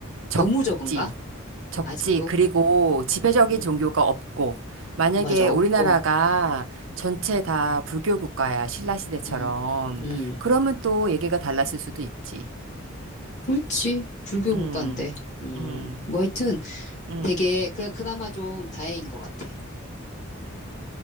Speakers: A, on the right; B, on the left.
A: 적지.
B: 너무 적은가?
A: 적지.
B: 아직도?
A: 그리고 지배적인
B: 음,
A: 종교가 없고, 만약에
B: 어, 맞아, 없고.
A: 우리나라가 전체 다 불교 국가야, 신라 시대처럼.
B: 음, 음,
A: 그러면 또 얘기가 달랐을 수도 있지.
B: 그렇지. 불교
A: 음,
B: 국가인데. 음,
A: 음,
B: 뭐 하여튼
A: 음.
B: 되게, 그래, 그나마 좀 다행인 것 같아.